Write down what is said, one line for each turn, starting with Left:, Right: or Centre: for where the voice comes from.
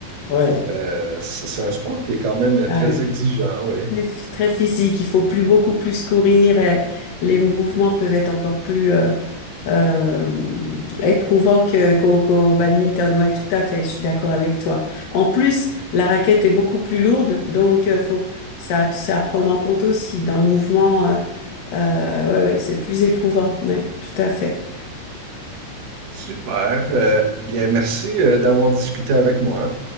Left: Ouais.
Right: euh, c'est c'est un sport qui est quand même euh,
Left: Ah
Right: très
Left: oui.
Right: exigeant, oui.
Left: Très, très physique, il faut plus beaucoup plus courir et les mouvements peuvent être encore plus euh, euh, éprouvants que, qu'au, qu'au badminton. Ouais, tout à fait, je suis d'accord avec toi. En plus, la raquette est beaucoup plus lourde, donc euh, faut ça, ça à prendre en compte aussi dans le mouvement. euh, euh, ouais, ouais, c'est plus éprouvant. Ouais, tout à fait.
Right: Super. euh, bien, merci euh, d'avoir discuté avec moi.